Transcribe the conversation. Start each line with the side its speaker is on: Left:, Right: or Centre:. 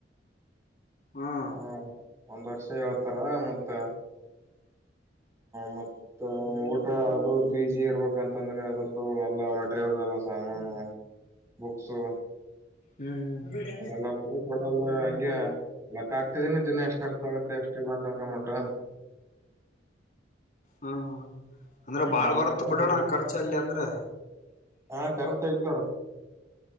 Left: ಹ್ಮ್
Right: ಹ ಒಂದ್ ವರ್ಷ ಹೇಳ್ತಾರ ಮತ್ತ ಮ ಊಟ ಅದು ಪಿ ಜಿ ಇರ್ಬೇಕಂತಂದ್ರೆ ಅದ್ರ್ದು ಎಲ್ಲಾ ಮೆಟೀರಿಯಲ್ಸ್ ಎಲ್ಲ ಸಾಮಾನು ಬುಕ್ಸು <unintelligible>
Left: ಹ್ಮ್, ಹ್ಮ ಹ್ಮ
Right: ಅದೆಲ್ಲ ಕುಡಿ ಕೊಡಲ್ ಹಂಗೆ ಲೆಕ್ಕ ಆಗ್ತಿದೀನಿ ದಿನ ಎಷ್ಟ್ ಖರ್ಚ ಆಗುತ್ತ ಮತ್ತ ಎಷ್ಟ ಇಲ್ಲ ಅಂತ ಅನ್ಕೊಂಬಿಟ್ಟ.
Left: ಹ್ಮ್, ಹ್ಮ್ ಅಂದ್ರೆ ಬಾಳ್
Right: ಎಂಬತ್
Left: ಬರ್ತ್
Right: ಸಾವಿರ
Left: ಬಿಡೋಣ ಖರ್ಚ ಅಲ್ಲಿ ಅಂದ್ರೆ.
Right: ಹಾ, ಖರ್ಚಯ್ತೈಣ